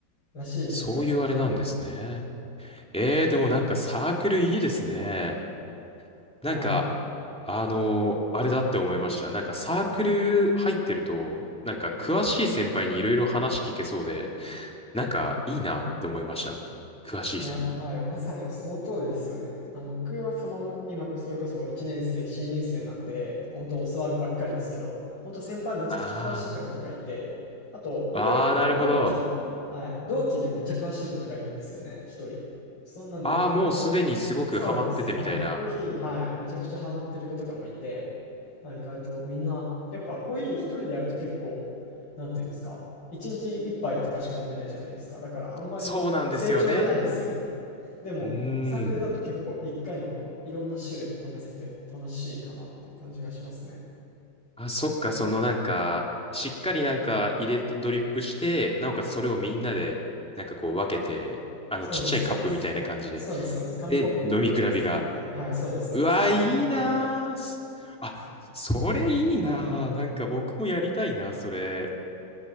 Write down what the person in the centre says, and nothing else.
そういうあれなんですね。
えー、でもなんかサークルいいですね。なんか、
あのーあれだって思いました。なんかサークル入ってると、なんか詳しい先輩にいろいろ話聞けそうで、なんかいいなって思いました。詳しい人に。
あ
あ、ああ、なるほど。
ああ、
もうすでにすごくハマっててみたいな。
そうなんですよね。
うー
ん。あ、そっか、そのなんか、しっかりなんか入れと、ドリップして、なおかつそれをみんなで、なんかこう分けて、あの、
ちっちゃいカップみたいな感じで。
で、飲み比べが、
うわ、
いいなーす。あ、それいいなー。なんか僕もやりたいな、それ。